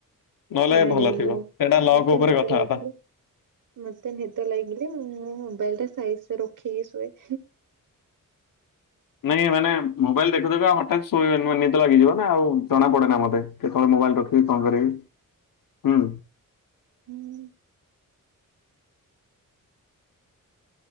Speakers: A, on the left; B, on the right.
A: ନହେଲେ
B: ନାଇଁ
A: ଭଲ
B: ନାଇଁ ମୁଁ
A: ଥିବ। ଲପ୍
B: ମତେ
A: ଉପରେ
B: ନିଦ
A: କଥାହବା?
B: ଲାଗିଲେ ମତେ ନିଦ ଲାଗିଲେ ମୁଁ ମୋବାଇଲିଟା ସାଇଜିରେ ରଖିକି ଶୁଏ।
A: ନାଇଁ ମାନେ ମୋବାଇଲ୍ ଦେଖୁ ଦେଖୁକା ହଠାତ୍ ଶୋଇ ନିଦ ଲାଗିଯିବନା ଆଉ ଜଣା ପଡ଼େନା ମତେ। କେତେବେଳେ ମୋବାଇଲ୍ ରଖିବି କଣ କରବି ହୁଁ।
B: ହୁଁ।